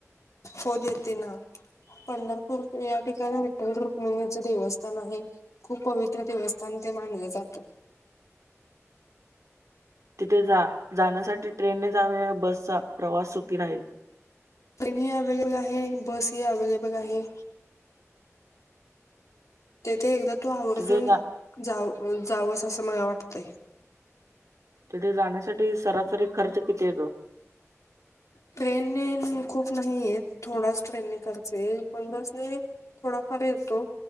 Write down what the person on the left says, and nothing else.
हो देेत ना. पंढरपूर या ठिकाणी विठ्ठल रुक्मिणीचं देवस्थान आहे. खूप पवित्र देवस्थान ते मानलं जात.
ट्रेनही अव्हेलेबल आहे. बसही अव्हेलेबल आहे तेथे एकदा तू आवर्जून
जाव जावस. असं मला वाटतंय.
ट्रेन नेन खूप नाहीये. थोडाच ट्रेनने खर्च येईल. पण बस ने थोडाफार येतो.